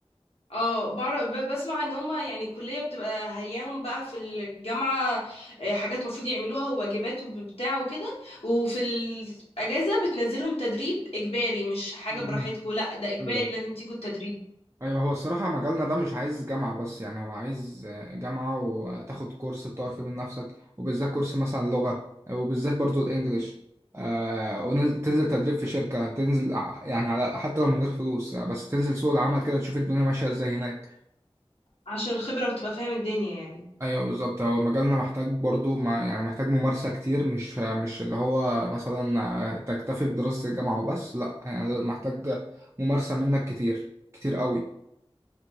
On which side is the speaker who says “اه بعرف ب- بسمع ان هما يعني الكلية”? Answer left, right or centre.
Left